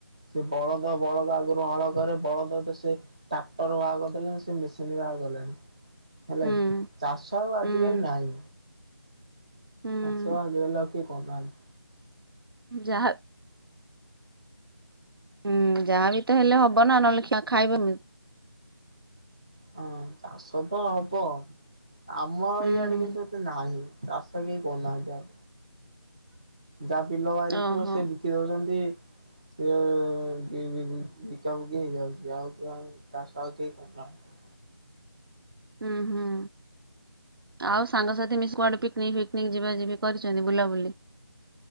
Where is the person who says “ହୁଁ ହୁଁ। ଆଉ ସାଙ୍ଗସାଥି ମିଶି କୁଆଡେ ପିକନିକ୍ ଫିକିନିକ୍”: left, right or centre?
Right